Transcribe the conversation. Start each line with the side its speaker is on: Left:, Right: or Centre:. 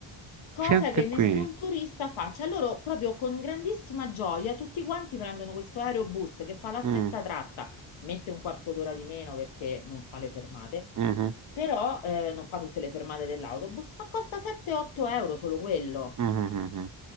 Left: cosa
Right: C'è anche
Left: che nessun
Right: qui.
Left: turista fa. Cioè loro proprio con grandissima gioia tutti quanti prendono questo aerobus che fa la
Right: Mm,
Left: stessa tratta, mette un quarto d'ora di meno perché non fa le fermate,
Right: mhm,
Left: però eh, non fa tutte le fermate dell'autobus, ma costa 7-8 euro solo quello.
Right: mhm, mhm, mhm.